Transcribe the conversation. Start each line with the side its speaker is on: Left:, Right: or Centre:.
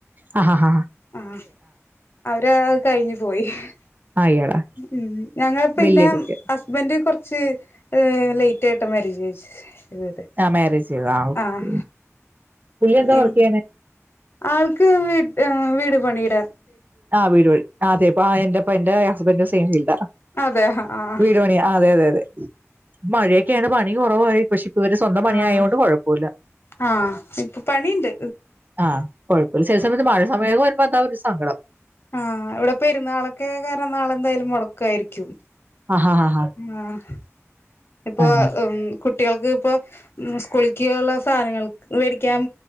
Right: ആ ഹാ ഹാാ.
Left: ആഹ് അവര് കഴിഞ്ഞു പോയി ഹ്.
Right: ആയിടാ
Left: മ് ഞങ്ങള് പിന്നെ
Right: വലിയ കുട്ടി
Left: ഹസ്ബന്റ് കൊറച്ച് ലേയ്റ്റ് ആയിട്ട മാരേജ് കഴിച്ചേ
Right: ആ മാരേജ് ചെയ്തു ആ ഓക്കെ
Left: ആഹ്
Right: പുള്ളി എന്താ
Left: എനി
Right: വർക്ക് ചെയ്യണേ
Left: ആൾക്ക് വീ വീട് പണിടെ
Right: ആഹ് വീട് പ അതെ പ്പ എന്റെപ്പ ന്റെ ഹസ്ബന്റ് സെം ഫീൽഡാ.
Left: അതെ ഹാ ആ അ.
Right: വീട് പണി അതെ അതെ അതെ മഴയൊക്കെയാണ് പണി കൊറവായി പക്ഷേ ഇപ്പ ഇവര് സ്വന്തം പണിയായോണ്ട്
Left: ആഹ്
Right: കൊഴപ്പുല്ല.
Left: ആഹ് ഇപ്പൊ പണിണ്ട്.
Right: ആഹ് കൊഴപ്പല്ല ചെല സമയത്ത് മഴ സമയം വരുമ്പോ അതാ ഒരു സങ്കടം
Left: ആഹ് ഇവടെ പെരുന്നാളൊക്കെ കാരം നാളെ എന്തായാലും മൊടക്കായിരിക്കും.
Right: ഹ ഹ ഹാ ഹാ
Left: ആഹ് ഇപ്പൊ
Right: ആ
Left: കുട്ടികൾക്ക് ഇപ്പോ സ്കൂൾ ക്ക്ള്ള സാധനങ്ങൾ മേടിക്കാൻ